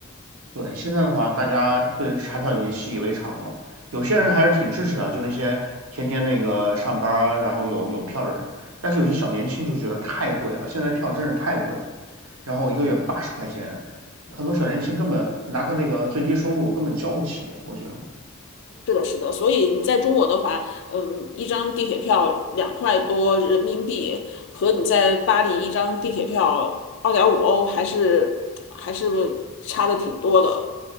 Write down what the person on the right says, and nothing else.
对，现在的话，大家对彩票已经习以为常了。有些人还是挺支持的，就那些天天那个上班儿然后有有票的人。但是有些小年轻就觉得太贵了，现在票真是太贵了，然后一个月八十块钱，很多小年轻根本拿个那个最低收入根本交不起，我觉得。